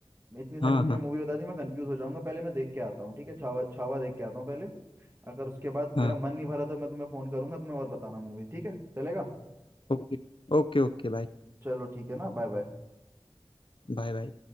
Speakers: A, on the right (about 25°); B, on the left (about 55°).
A: इतनी सारी
B: हाँ
A: तुमने
B: हाँ
A: मूवी बता दी मैं कंफ्यूज हो जाऊंगा पहले मैं देख के आता हूँ ठीक है छावा छावा देख के आता हूँ पहले अगर उसके बाद
B: हाँ
A: मेरा मन नहीं भरा तो मैं तुम्हें फोन करूंगा तुम्हें और बताना मूवीज ठीक है चलेगा
B: okay okay okay bye
A: चलो ठीक है ना बाय बाय
B: bye bye